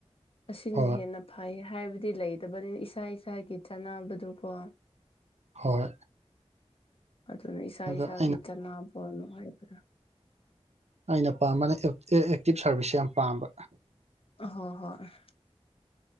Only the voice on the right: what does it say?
ꯍꯣꯏ
ꯍꯣꯏ
ꯑꯗ
ꯑꯩꯅ
ꯑꯩꯅ ꯄꯥꯝꯕꯅ ꯑꯦꯛꯇꯤꯚ ꯁꯥꯔꯚꯤꯁꯁꯦ ꯌꯥꯝ ꯄꯥꯝꯕ